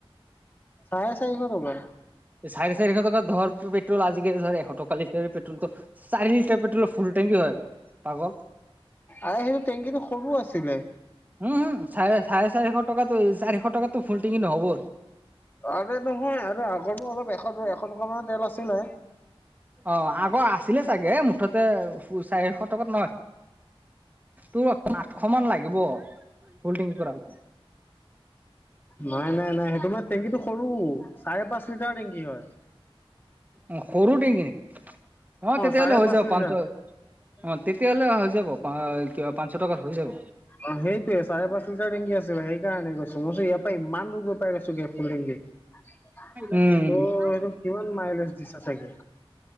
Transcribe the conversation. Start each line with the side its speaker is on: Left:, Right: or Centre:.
Left: চাৰে চাৰিশ টকা
Right: চাৰে চাৰিশ টকা ধৰ পেট্ৰল আজিকালি ধৰ এশ টকা লিটাৰ পেট্ৰল তো চাৰি লিটাৰ পেট্ৰলৰ ফুলটেংকি হয় পাগল
Left: আ সেইটো টেঙংকীটো সৰু আছিলে
Right: উম হম চাৰে চাৰে চাৰিশ টকাতো চাৰিশ টকাতটো ফুল টেংকি নহব
Left: আ নহয় আৰু আগৰো অলপ এশ এশ টকা মানৰ তেল আছিলে
Right: অ আগৰ আছিলে চাগে মুঠতে চাৰিশ টকাত নহয় তোৰ আঠশ মান লাগিব ফুল টেংকি কৰাওতে
Left: নাই নাই নাই সেইটো মই টেংকীটো সৰু চাৰে পাঁচ লিতাৰ টেংকি হয়
Right: অ সৰু টেংকি নিকি অ তেতিয়াহলে
Left: চাৰে
Right: হৈ
Left: পাঁচ
Right: যাব
Left: লিটাৰ
Right: পাঞ্চ অ তেতিয়াহলে হৈ যাব অ কিবা পাঁচশ টকাত হৈ যাব
Left: অ সেইটোৱে চাৰে পাচ লিতাৰ টেংকি আছি সেই কাৰণে কৈছো মই ইয়াৰ পৰা ইমান দূৰ গৈ পাই গৈছো গে ফুল টেংকিত
Right: উম
Left: অ অ সেইটো কিমান মাইলেজ দিছে চাগে